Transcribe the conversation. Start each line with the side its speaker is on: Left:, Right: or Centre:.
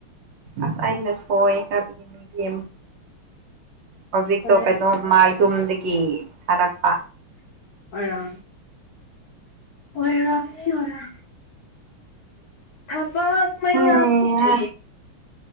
Right: ꯑꯁ ꯑꯩꯅ ꯁꯣꯏꯑꯦ <unintelligible> ꯍꯧꯖꯤꯛꯇꯣ
Left: ꯐꯔꯦ
Right: ꯀꯩꯅꯣꯝꯃ ꯌꯨꯝꯗꯒꯤ ꯊꯥꯔꯛꯄ
Left: ꯑꯣꯏꯔꯝ ꯑꯣꯏꯔꯝꯅꯤ ꯑꯣꯏꯔꯝ ꯊꯕꯛ ꯃꯌꯥꯝꯁꯦ
Right: ꯍꯩꯍꯥ